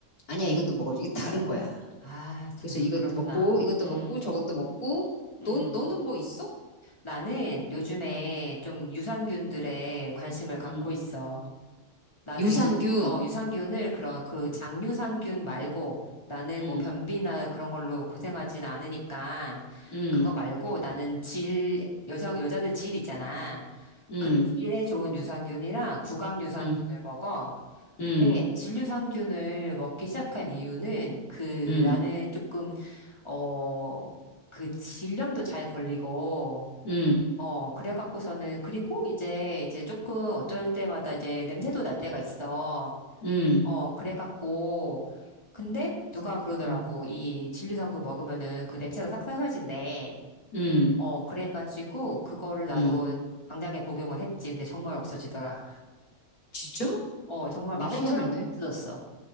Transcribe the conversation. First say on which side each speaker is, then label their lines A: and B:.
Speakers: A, on the left; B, on the left.
A: 아니야 이것도 먹어줘. 이게 다른 거야.
B: 아, 자,
A: 그래서 이것도
B: 그렇구나.
A: 먹고 이것도
B: 음,
A: 먹고 저것도 먹고
B: 음
A: 너 너는 뭐 있어?
B: 나는 요즘에
A: 음.
B: 좀 유산균들에 관심을 갖고
A: 음.
B: 있어. 나는
A: 유산균.
B: 유, 어, 유산균을 그런 그 장유산균 말고 나는
A: 음.
B: 뭐 변비나 그런 걸로 고생하진 않으니까
A: 음.
B: 그거 말고 나는 질, 여성, 여자들 질 있잖아.
A: 음.
B: 그 질에 좋은 유산균이랑 구강 유산균을
A: 응
B: 먹어.
A: 응
B: 근데 질 유산균을 먹기 시작한 이유는 그
A: 응
B: 나는 조금, 어, 그 질염도 잘 걸리고
A: 응
B: 어, 그래갖고서는, 그리고 이제, 이제 조금 어쩔 때마다 이제 냄새도 날 때가 있어.
A: 응
B: 어, 그래갖고, 근데 누가 그러더라고.
A: 응
B: 이 진리성분 먹으면은 그 냄새가 싹 사라진대.
A: 응
B: 어, 그래가지고 그거를 나도
A: 응
B: 당장에 복용을 했지. 근데 정말 없어지더라.
A: 진짜?
B: 어, 정말
A: 오,
B: 마법처럼
A: 희한하네.
B: 없어졌어.